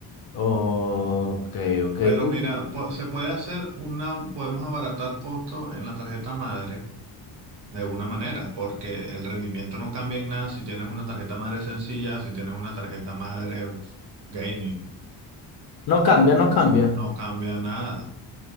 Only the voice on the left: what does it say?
Ok, ok.
Y
No cambia, no cambia.